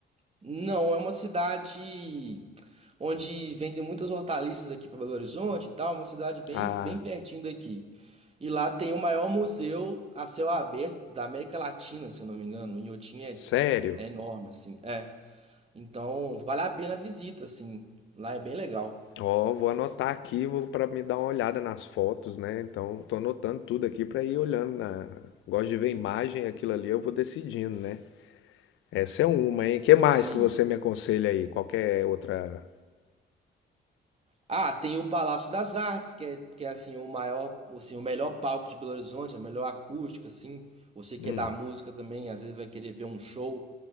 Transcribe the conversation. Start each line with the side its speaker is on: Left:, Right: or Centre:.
Right: Não, é uma cidade onde vendem muitas hortaliças aqui para Belo Horizonte e tal, uma cidade bem,
Left: Ah,
Right: bem pertinho daqui. E lá tem o maior museu a céu aberto da América Latina, se eu não me engano. O Inhotim é,
Left: sério?
Right: é enorme, assim. É. Então, vale a pena a visita, assim. Lá é bem legal.
Left: Ó, vou anotar aqui, vou para me dar uma olhada nas fotos, né? Então, tô anotando tudo aqui para ir olhando na... Gosto de ver imagem, aquilo ali eu vou decidindo, né? Essa é uma, hein? Que mais
Right: Sim.
Left: que você me aconselha aí? Qualquer outra?
Right: Ah, tem o Palácio das Artes, que é, que é assim, o maior, assim, o melhor palco de Belo Horizonte, a melhor acústica, assim. Você que
Left: Hum.
Right: é da música também, às vezes vai querer ver um show.